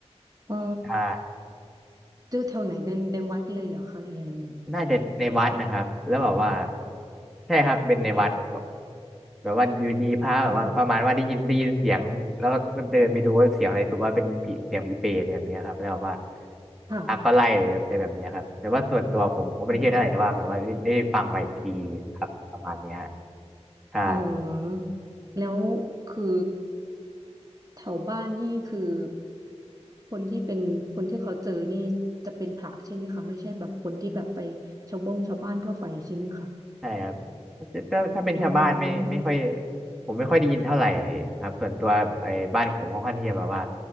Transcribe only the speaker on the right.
อ๋อ
เจอแถวไหนในในวัดเลยเหรอคะหรือยังไง
ค่ะค่ะ
อ
ืมแล้วคือแถวบ้านนี่คือคนที่เป็นคนที่เขาเจอนี่จะเป็นพระใช่ไหมคะไม่ใช่แบบคนที่แบบไปชาวบงชาวบ้านทั่วไปใช่ไหมคะ
อืม